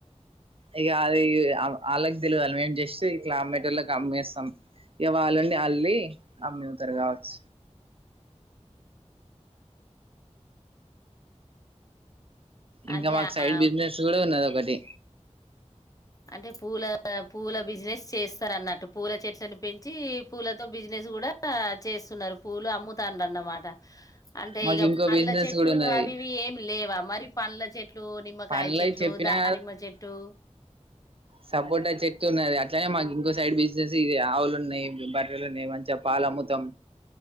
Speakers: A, on the right (about 50°); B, on the left (about 30°).
A: ఇక ఆది అలాగ తెలివాలి మేము జస్ట్ ఈ కలా మీటర్ల అమ్మేస్తాం ఇ వాళ్ళండి అల్లి అమ్మితారు కావచ్చు ఇంకా
B: అంటే
A: మాకు సైడ్
B: ఆ
A: బిజినెస్ కూడా ఉన్నది ఒకటి
B: అంటే పూల పూల బిజినెస్ చేస్తారు అన్నట్టు పూల చెట్లను పెంచి పూలతో బిజినెస్ కూడా చేస్తున్నారు పూలు అమ్ముతానన్నమాట అంటే
A: మాకు
B: ఇక
A: ఇంకో
B: పండ్ల
A: బిజినెస్
B: చెట్లు
A: కూడా ఉన్నది
B: అవివి ఏమి లేవా మరి పల్ల చె చెట్లు నిమ్కాయ
A: పనులై
B: చెట్లు
A: చెప్పినా
B: దా నిమ్ చెట్టు
A: సపోర్ట్ అయి చెప్తున్నది అట్లనే మాకు ఇంకో సైడ్ బిజినెస్ ఇ ఆవులు ఉన్నాయి బర్రలు ఉన్నాయి మంచిగా పాలు అమ్ముతాం